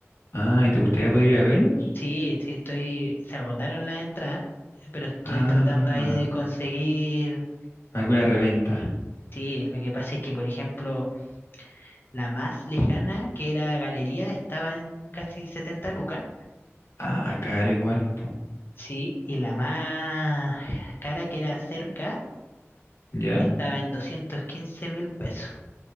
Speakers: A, on the left (about 65°); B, on the left (about 45°).
A: Ah, ¿y te gustaría poder ir a verlos?
B: Sí, sí, estoy, se agotaron las entradas, pero estoy
A: Ah,
B: tratando ahí de conseguir.
A: alguna reventa.
B: Sí, lo que pasa es que, por ejemplo, la más lejana, que era Galería, estaba en casi 70 lucas,
A: Ah, caro igual, po.
B: sí, y la más cara, que era cerca,
A: ¿Ya?
B: estaba en doscientos quince mil pesos.